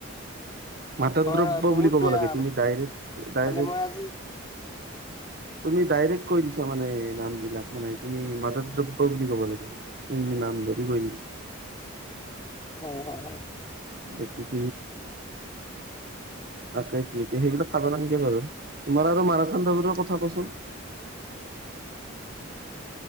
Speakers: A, on the right; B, on the left.
A: মাদ দ্ৰব্য
B: হয় বহুত
A: বুলি ক'ব
B: বেয়া
A: লাগে তুমি ডাইৰেক্ট
B: মানে
A: ডাইৰেক্ট
B: মই আজি
A: তুমি ডাইৰেক্ট কৈ দিছা মানে নাম বিলাক মানে তুমি মাদক দ্ৰব্য বুলি কব লাগে ই নাম ধৰি গ
B: হয় হয় হয়
A: এতিক তাকেই ত এতিয়া সেইবিলাক খাব নালাগে বাৰু তোমাৰ আৰু মাৰাথান দৰ বোৰৰ কথা কচোন